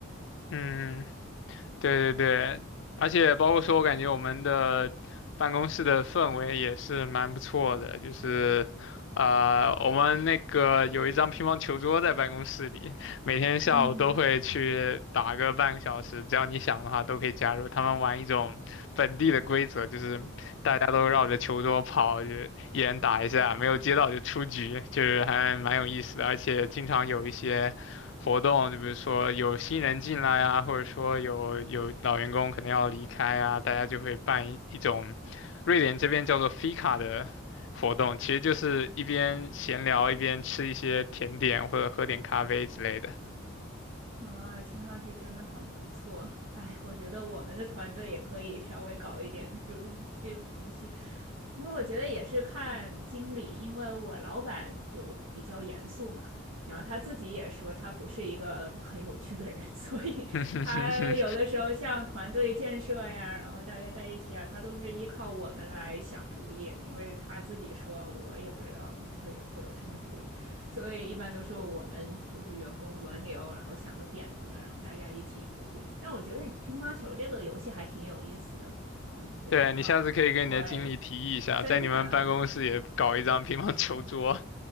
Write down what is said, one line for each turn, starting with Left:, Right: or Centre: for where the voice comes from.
Left: 嗯。对对对，而且包括说，我感觉我们的办公室的氛围也是蛮不错的，就是，呃，我们那个有一张乒乓球桌在办公室里，每天下午都会去打个半个小时，
Right: 嗯，
Left: 只要你想的话都可以加入。他们玩一种本地的规则，就是大家都绕着球桌跑，就一人打一下，没有接到就出局，就是还蛮有意思的，而且经常有一些。活动，就比如说有新人进来啊，或者说有有老员工可能要离开啊，大家就会办一一种瑞典这边叫做 f 卡的活动，其实就是一边闲聊一边吃一些甜点或者喝点咖啡之类的。
Right: 啊，听上去真的很不错。哎，我觉得我们的团队也可以稍微搞一点，就是这种东西。不过我觉得也是看经理，因为我老板就比较严肃嘛，然后他自己也说他不是一个很有趣的人，<laughs> 所以他有的时候像团队建设呀，
Left: <laughs> 哼哼哼哼，
Right: 然后大家在一起啊，他都是依靠我们来想主意，因为他自己说我也不知道会会有什么主意，所以一般都是我们就是员工轮流，然后想个点子，然后大家一起出去。但我觉得你乒乓球这个游戏还挺有意思的，嗯，我要对。
Left: 对，你下次可以跟你的经理提议一下，
Right: 真的，
Left: 在你们办公室也搞一张乒乓球桌。